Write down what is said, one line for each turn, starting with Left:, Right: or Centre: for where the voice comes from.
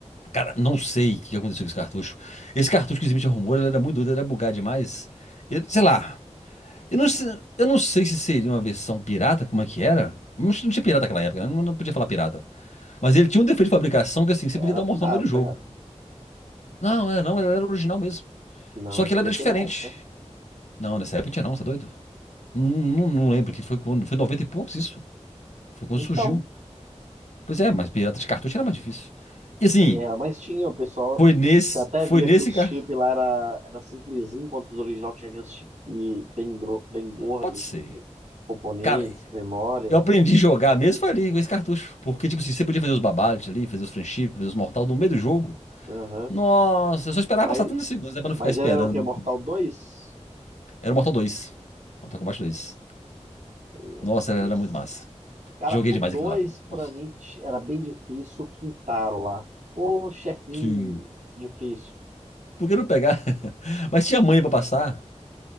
Left: Cara, não sei o que aconteceu com esse cartucho. Esse cartucho que o Smith arrumou, ele era muito doido, ele era bugado demais. Ele- sei lá. Eu não, se- eu não sei se seria uma versão pirata, como é que era. Não, tinha não tinha pirata naquela época, né? Não, não podia falar pirata. Mas ele tinha um defeito de fabricação que, assim, você
Right: Era
Left: podia dar
Right: pirata,
Left: um mortal no meio do jogo.
Right: cara.
Left: Não, é, não, ele era original mesmo.
Right: Não,
Left: Só
Right: eu
Left: que
Right: tinha
Left: ele era
Right: pirata.
Left: diferente. Não, nessa época não tinha não, você é doido? Não, não, não lembro que foi quando. Foi em 90 e poucos isso. Foi quando
Right: Então,
Left: surgiu. Pois é, mas pirata de cartucho era mais difícil. E assim,
Right: era, mas tinha, o pessoal.
Left: foi nesse,
Right: Você até
Left: foi
Right: via
Left: nesse,
Right: que os
Left: car-
Right: chips lá era, era simplesinho, enquanto os original tinha aqueles chips bem, gro- bem gordos,
Left: pode ser.
Right: cheio de componente,
Left: Cara,
Right: de memória.
Left: eu aprendi a jogar mesmo foi ali com esse cartucho, porque tipo assim, você podia fazer os babates ali, fazer os friendships, fazer os mortal no meio do jogo.
Right: Aham.
Left: Nossa, eu só esperava
Right: Mas,
Left: passar 30 segundos, né, pra não
Right: mas
Left: ficar esperando
Right: ele era o quê?
Left: muito
Right: Mortal
Left: tempo.
Right: 2.
Left: Era o Mortal dois Mortal Kombat dois
Right: Pois é.
Left: Nossa, era,
Right: Esse.
Left: era muito massa.
Right: Cara,
Left: Joguei
Right: o
Left: demais
Right: 2
Left: aquilo lá. viu?
Right: pra
Left: Nossa.
Right: mim t- era bem difícil, o Quintaro lá. O chefinho
Left: Sim.
Right: difícil.
Left: Por que não pegar? <laughs> Mas tinha manha pra passar.